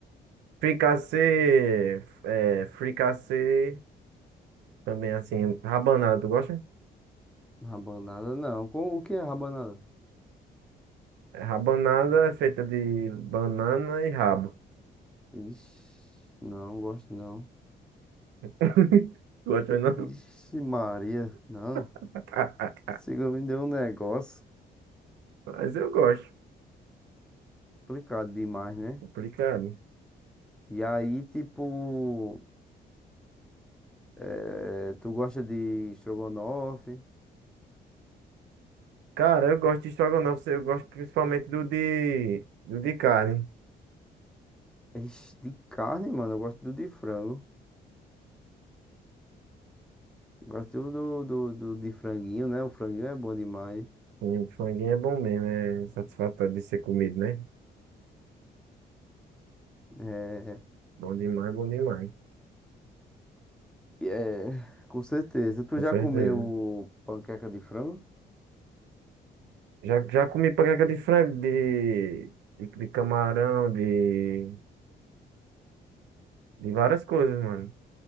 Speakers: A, on the right; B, in the centre.
A: Fricassê, é, fricassê, também assim, rabanada, tu gosta?
B: Rabanada não. Com o que é rabanada?
A: É, rabanada é feita de banana e rabo.
B: Ixi, não gosto não.
A: <laughs> Gosta não?
B: Ixi, Maria, não.
A: <laughs>
B: Siga me deu um negócio
A: Mas eu gosto.
B: complicado demais, né?
A: Complicado.
B: E aí, tipo. É, tu gosta de estrogonofe?
A: Cara, eu gosto de estrogonofe, eu gosto principalmente do de, do de carne.
B: Ixi, de carne, mano, eu gosto do de frango. Gosto do, do, do de franguinho, né? O franguinho é bom demais.
A: E o franguinho é bom mesmo, é satisfatório de ser comido, né?
B: É,
A: Bom demais, bom demais.
B: é, com certeza. Tu
A: Com
B: já
A: certeza.
B: comeu panqueca de frango?
A: Já, já comi panqueca de frango, de, de, de camarão, de, de várias coisas, mano.